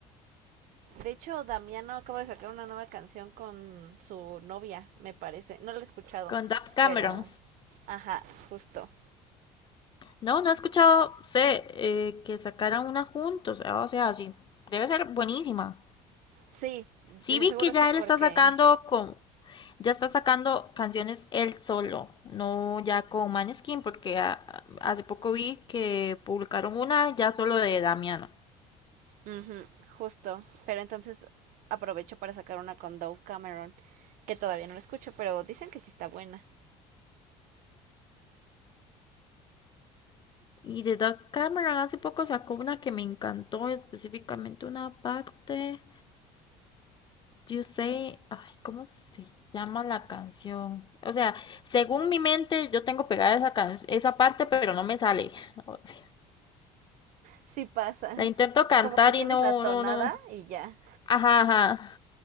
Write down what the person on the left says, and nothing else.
Con Daft Cameron.
No, no he escuchado, sé, eh, que sacaran una juntos, ah, o sea, sí, debe ser buenísima.
Sí
vi
que ya
él está sacando con, ya está sacando canciones él solo, no ya con Maneskin, porque a- a- hace poco vi que publicaron una ya solo de Damiano.
Y de Doug Cameron hace poco sacó una que me encantó, específicamente una parte, You Say, ay, ¿cómo se llama la canción? O sea, según mi mente yo tengo pegada esa can- esa parte, pero no me sale. <laughs> O sea,
la intento
cantar
y no,
no, no.
Ajá, ajá.